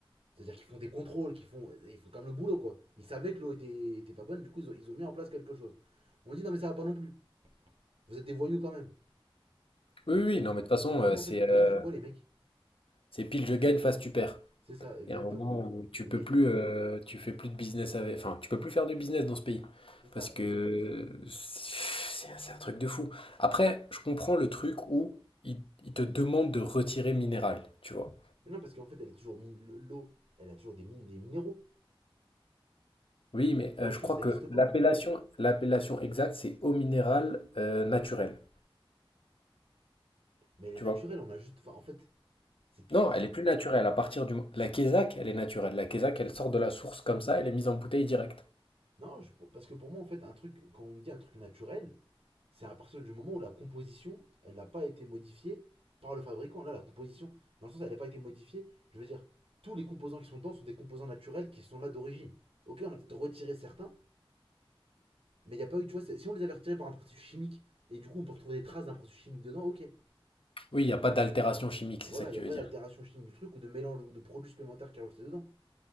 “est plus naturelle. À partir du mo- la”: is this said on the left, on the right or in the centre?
Left